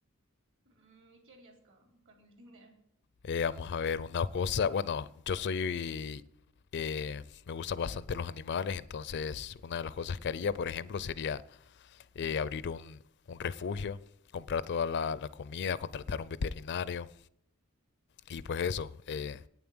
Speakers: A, on the right; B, on the left.
A: Mm, ¿Y qué harías con, con el dinero?
B: Eh, vamos a ver una cosa. Bueno, yo soy... eh, me gustan bastante los animales, entonces una de las cosas que haría, por ejemplo, sería eh, abrir un, un refugio, comprar toda la, la comida, contratar un veterinario y pues eso, eh,